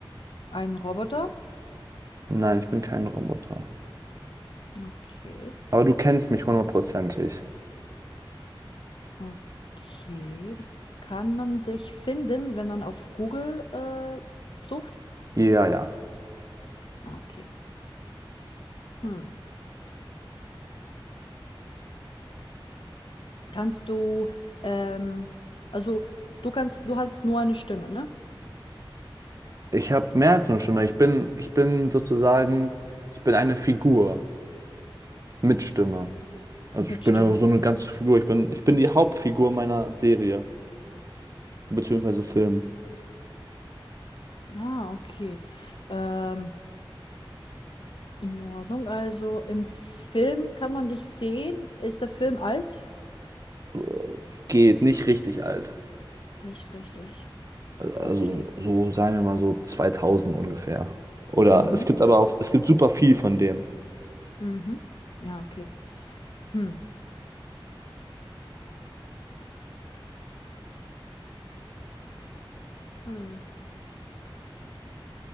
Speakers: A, on the left (about 65°); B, on the right (about 40°).
A: ein Roboter?
B: Nein, ich bin kein Roboter.
A: Okay.
B: Aber du kennst mich hundertprozentig.
A: Okay. Kann man dich finden, wenn man auf Google äh, sucht?
B: Ja, ja.
A: Okay. Hm. Kannst du, ähm, also du kannst, du hast nur eine Stimme, ne?
B: Ich habe mehr als eine Stimme. Ich bin, ich bin sozusagen, ich bin eine Figur mit Stimme. Also
A: Mit
B: ich bin
A: Stimme.
B: ja so eine ganze Figur. Ich bin, ich bin die Hauptfigur meiner Serie, beziehungsweise Film.
A: Ah, okay. Ähm, In Ordnung. Also im Film kann man dich sehen. Ist der Film alt?
B: Äh, Geht nicht richtig alt.
A: Nicht richtig.
B: Äh, Also
A: Okay.
B: so sagen wir mal so 2000 ungefähr. Oder
A: Mhm.
B: es gibt aber auch, es gibt super viel von dem.
A: Mhm. Ja, okay. Hm. Puh.